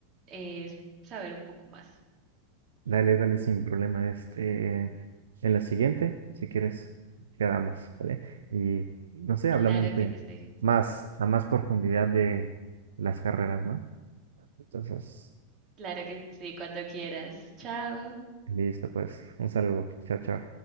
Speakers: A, on the right; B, on the right.
A: eh, saber un poco más.
B: Dale, dale, sin problema. Este, en la siguiente, si quieres, quedamos, ¿vale? Y no sé, hablamos
A: Claro
B: de
A: que sí,
B: más, a más profundidad de las carreras, ¿no? Entonces,
A: claro que sí, cuando quieras. Chao.
B: listo, pues, un saludo. Chao, chao.